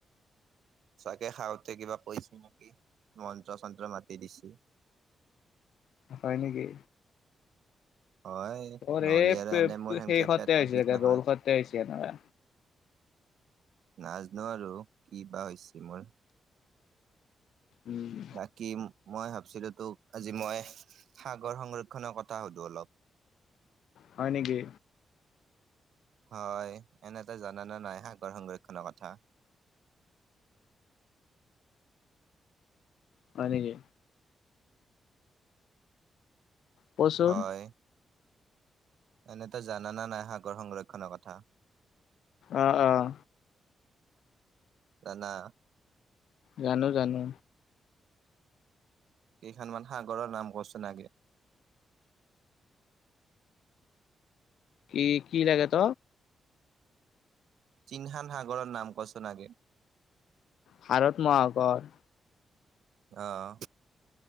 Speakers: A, on the right (about 80°); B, on the left (about 80°).
A: চাগে খাওঁতে কিবা কৈছে নেকি মন্ত্ৰ চন্ত্ৰ মাতি দিছে। <inaudible>
B: হয় নেকি
A: হয়
B: তোৰ
A: নহলে
B: এই
A: আৰু এনে মোৰ সেনকে
B: সেই সতে
A: পেটটোত
B: হৈছে
A: বিষ
B: চাগে
A: নহয়।
B: ৰল সতে হৈছে এনেকুৱা
A: নাজানো আৰু কি বা হৈছে মোৰ।
B: উম
A: বাকি মই ভাবছিলো তোক আজি মই সাগৰ সংৰক্ষনৰৰ কথ- কথা সোধোঁ অলপ।
B: হয় নেকি
A: হয় এনেটা জানো নাই সাগৰ সংৰক্ষণৰ কথা
B: হয় নেকি? কচোন
A: হয় এনেতো জানানা নাই সাগৰ সংৰক্ষণৰ কথা
B: আহ আহ
A: জানা
B: জানো জানো
A: কেইখনমান সাগৰৰ নাম কচোন আগে?
B: কি কি লাগে ত
A: তিনহান সাগৰৰ নাম কচোন আগে
B: ভাৰত মহাগৰ
A: আহ